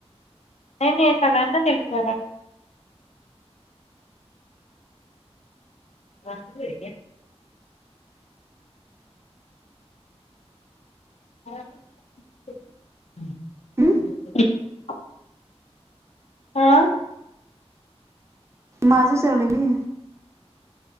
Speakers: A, on the left; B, on the right.
A: नाय नाय सगळ्यांना दिलो घरात वा <inaudible> अम <inaudible>
B: हम्म?
A: हा
B: माझ चाल मी